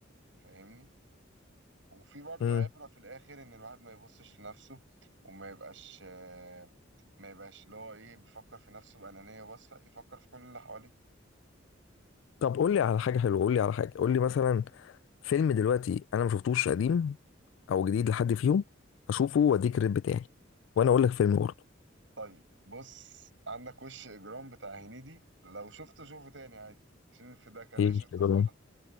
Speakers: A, on the right; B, on the left.
A: فاهمني وفي برضه
B: مم.
A: عبرة في الآخر إن الواحد ما يبصش لنفسه وما يبقاش آه، ما يبقاش اللي هو إيه بيفكر في نفسه بأنانية بس لأ يفكر في كل اللي حواليه
B: طب قول لي على حاجه حلوه قول لي على حاجه قول لي مثلا فيلم دلوقتي انا ما شفتوش قديم او جديد لحد فيهم اشوفه واديك الريت بتاعي وانا اقول لك فيلم برضه
A: طيب بص عندك وش إجرام بتاع هنيدي لو شفته شوفه تاني عادي عشان في ده كان عيش
B: ايه وش
A: الطفولة
B: اجرام